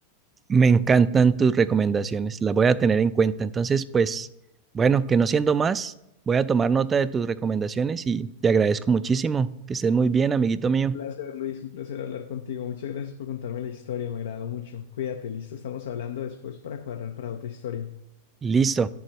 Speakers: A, on the right; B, on the left.
A: Me encantan tus recomendaciones, las voy a tener en cuenta. Entonces, pues, bueno, que no siendo más, voy a tomar nota de tus recomendaciones y te agradezco muchísimo. Que estés muy bien, amiguito mío.
B: placer, Luis, un placer hablar contigo. Muchas gracias por contarme la historia, me agradó mucho. Cuídate, listo, estamos hablando después para cuadrar para otra historia.
A: Listo.